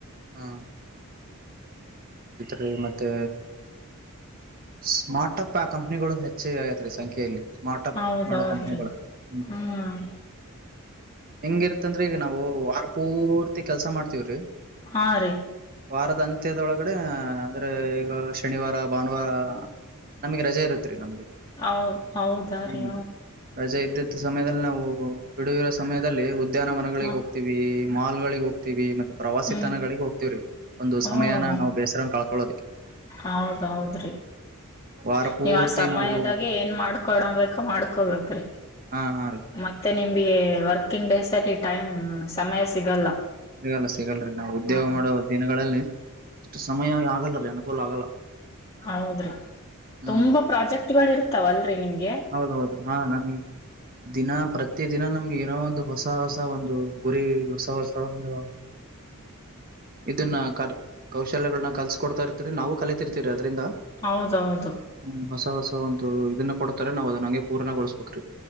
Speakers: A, on the right (about 40°); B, on the left (about 25°).
A: ಹಾ ರೀ ಮತ್ತೆ ಸ್ಮಾರ್ಟ್ ಅಪ್ ಪ ಕಂಪನಿಗಳು ಹೆಚ್ಚಿಗೆ ಆಗೈತ್ರಿ ಸಂಖ್ಯೆಯಲ್ಲಿ ಸ್ಮಾರ್ಟಪ್
B: ಹೌದೌದ್ರಿ
A: ಮಾಡೋ ಕಂಪನಿಗಳು ಹೂ
B: ಹ್ಮ್
A: ಹೆಂಗಿರ್ತೈತ್ರಿ ಈಗ ನಾವು ವಾರ ಪೂರ್ತಿ ಕೆಲಸ ಮಾಡ್ತೀವ್ರಿ
B: ಹಾ ರೀ
A: ವಾರದ ಅಂತ್ಯದೊಳಗ ಕಡೆ ಹ್ನ ಅಂದ್ರೆ ಈಗ ಶನಿವಾರ ಭಾನುವಾರ ನಮ್ಗೆ ರಜೆ ಇರುತ್ರಿ ನಮ್ಗೆ.
B: ಹೌದ್ ಹೌದಾ
A: ಹ್ಮ್
B: ರೀ.
A: ರಜೆ ಇದ್ದಿದ್ದ ಸಮಯದಲ್ಲಿ ನಾವು ಬಿಡುವಿರೋ ಸಮಯದಲ್ಲಿ ಉದ್- ಮಧ್ಯಾಹ್ನ ಮನೆಗಳಿವೆ
B: ಹ್ಮ
A: ಹೋಗ್ತಿವಿ. ಮಾಲ್ ಗಳಿಗೆ ಹೋಗ್ತೀವಿ ಮತ್ ಪ್ರವಾಸಿ
B: ಹ್ಮ್
A: ತಾಣಗಳಿಗೆ ಹೋಗ್ತಿವ್ರಿ ಒಂದು
B: ಹ್ಮ
A: ಸಮಯನ ನಾವು ಬೆಸ್ರನ ಕಳ್ಕೊದಿಕ್ಕೆ.
B: ಹೌದೌದ್ರಿ.
A: ವಾರ ಪೂರ್ತಿ
B: ನೀವ್ ಆ ಸಮಯದಾಗೆ
A: ನಾವು
B: ಏನ್ ಮಾಡ್ಕೊಡಬೇಕ ಮಾಡ್ಕೊಬೇಕ್ರಿ
A: ಹಾ ಹಾ ರೀ
B: ಮತ್ತೆ ನಿಮ್- ಬಿ ಹೇ ವರ್ಕಿಂಗ್ ಡೇಸ್ ಅಲ್ಲಿ ಟೈಮ್ ಸಮಯ ಸಿಗಲ್ಲ.
A: ಸಿಗಲ್ಲ ಸಿಗಲ್ರಿ ನಾವು ಉದ್ಯೋಗ
B: ಹಾ
A: ಮಾಡುವ ದಿನಗಳಲ್ಲಿ. ಅಷ್ಟ ಸಮಯ ಆಗಲ್ಲ ರೀ ಅನುಕೂಲ ಆಗಲ್ಲ.
B: ಹೌದ್ರಿ
A: ಹ್ಮ್
B: ತುಂಬಾ ಪ್ರಾಜೆಕ್ಟ್ ಗಳು ಇರ್ತ- ತಾವಲ್ರಿ ನಿಮಗೆ.
A: ಹೌದೌದು ಹಾ ನಮ್ಗೆ ದಿನ ಪ್ರತಿ ದಿನ ನಮ್ಗೆ ಏನೋ ಒಂದು ಹೊಸ- ಹೊಸ ಹೊಸ ಒಂದು ಗುರಿ ಹೊಸ ಹೊಸ ಒಂದು ಇದನ್ನ ಕ ಕೌಶಲ್ಯಗಳನ್ನ ಕಲ್ಸ್ಕೊಡ್ತಾ ಇರ್ತರಿ ನಾವು ಕಲಿತಿರ್ತೀವಿ ಅದ್ ಅದ್ರಿಂದ
B: ಹೌದೌದು
A: ಹ್ಮ ಹೊಸ ಹೊಸ. ಒಂದು ಇದನ್ನ. ಕೊಡ್ತಾರೆ ನಾವು ಅದ್ನ ಹಂಗೆ ಪೂರ್ಣಗೊಳಿಸಬೇಕ್ರಿ.